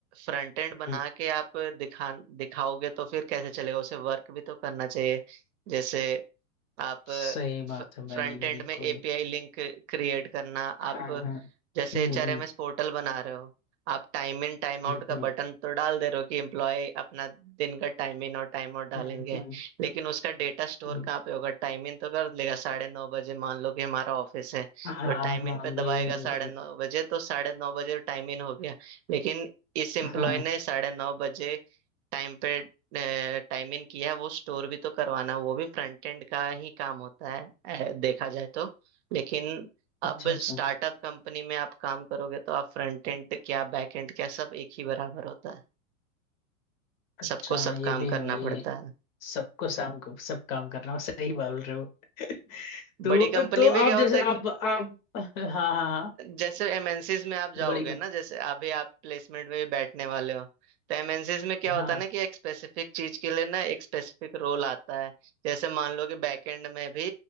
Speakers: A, on the right; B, on the left.
A: फ्रंट एंड बना
B: हम्म,
A: के आप दिखा दिखाओगे तो फिर कैसे चलेगा उसे वर्क भी तो करना चाहिए जैसे आप
B: सही बात
A: फ्रंट
B: है भाई
A: एंड
B: बिल्कुल
A: में एपीआई लिंक क्रिएट करना
B: हाँ
A: आप
B: हाँ
A: जैसे
B: हम्म
A: एचआरएमएस
B: हम्म
A: पोर्टल बना रहे हो आप टाइम इन टाइम आउट
B: हम्म
A: का बटन तो डाल दे रहे हो कि एम्प्लॉय अपना दिन का टाइम इन और टाइम आउट डालेंगे
B: हम्म हम्म, हम्म,
A: लेकिन उसका डेटा स्टोर
B: हम्म,
A: कहाँ पे होगा टाइम इन तो कर लेगा साढ़े नौ बजे मान लो कि हमारा ऑफिस है तो
B: हाँ
A: टाइम
B: हाँ
A: इन पे दबाएगा
B: बिल्कुल बिल्कुल
A: साढ़े नौ बजे तो साढ़े नौ बजे टाइम इन हो गया लेकिन इस एम्प्लॉय
B: हाँ
A: ने साढ़े नौ बजे टाइम पे टाइम इन किया है वो स्टोर भी तो करवाना वो भी फ्रंट एंड का ही काम होता है अ, देखा जाए तो लेकिन अब
B: अच्छा अच्छा
A: स्टार्टअप कंपनी में आप काम करोगे तो आप फ्रंट एंड क्या बैक एंड क्या सब एक ही बराबर होता है
B: अच्छा
A: सबको सब
B: ये
A: काम
B: भी है
A: करना
B: भाई
A: पड़ता है
B: सबको शाम को सब काम करना हो सही बोल रहे हो <laughs> तो
A: बड़ी कंपनी
B: तो
A: में क्या
B: आप जैसे
A: होता है
B: आप आप हाँ हाँ हाँ
A: जैसे एमएनसीज में आप जाओगे
B: बड़ी कंप-
A: ना जैसे अभी आप प्लेसमेंट में भी बैठने वाले हो तो एमएनसीज में क्या
B: हाँ
A: होता है ना कि एक स्पेसिफिक चीज के लिए ना एक स्पेसिफिक रोल आता है जैसे मान लो कि बैकएंड में भी